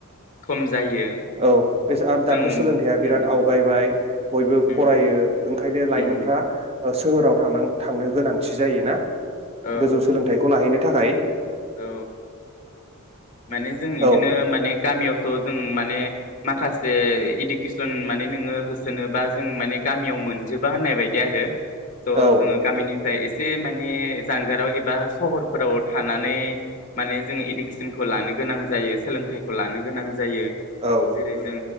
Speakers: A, on the left (about 35°); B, on the right (about 30°).
A: खम जायो
B: औ बे
A: जों
B: दाथ'
A: उम
B: सोलोंथाइया बिराद आवगायबाय बयबो
A: उम
B: फरायो ओंखायनो लाइमोनफ्रा
A: उम
B: सोहोराव थां थांनो गोनांथि जायोना
A: औ
B: गोजौ सोलोंथाइखौ लाहैनो थाखाय
A: औ माने जों इदिनो
B: औ
A: माने गामियाव थ' जों माने माखासे इडुकेसन माने नोङो होसोनबा जों माने गामियाव मोनजोबा होननाय बायदि आरो थ'
B: औ
A: जोङो गामिनि ओमफाय एसे माने जानगाराव एबा सहरफोराव थानानै माने जों इडुकेस न खौ लानो गोनां जायो सोलोंथाइखौ लानो गोनां जायो जायो
B: औ
A: जेरै जों